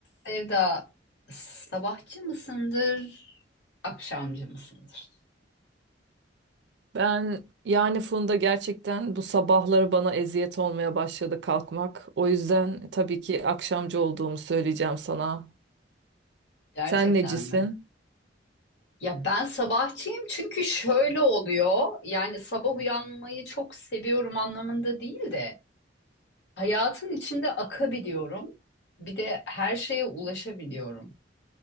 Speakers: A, on the left; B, on the right.
A: Sevda, sabahçı mısındır, akşamcı mısındır?
B: Ben yani Funda gerçekten bu sabahları bana eziyet olmaya başladı kalkmak. O yüzden tabii ki akşamcı olduğumu söyleyeceğim sana.
A: Gerçekten
B: Sen necisin?
A: mi? Ya ben sabahçıyım çünkü şöyle oluyor. Yani sabah uyanmayı çok seviyorum anlamında değil de hayatın içinde akabiliyorum. Bir de her şeye ulaşabiliyorum.